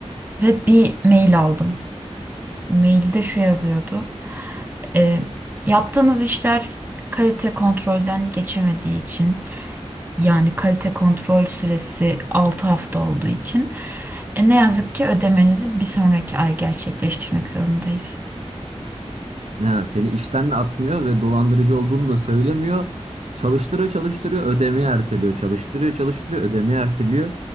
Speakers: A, on the right; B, on the right.
A: ve bir mail aldım. Mailde şu yazıyordu. E, yaptığınız işler kalite kontrolden geçemediği için Yani kalite kontrol süresi 6 hafta olduğu için e, ne yazık ki ödemenizi bir sonraki ay gerçekleştirmek zorundayız.
B: Ha, seni işten de atmıyor ve dolandırıcı olduğunu da söylemiyor. Çalıştırıyor, çalıştırıyor, ödemeyi erteliyor. Çalıştırıyor, çalıştırıyor, ödemeyi erteliyor.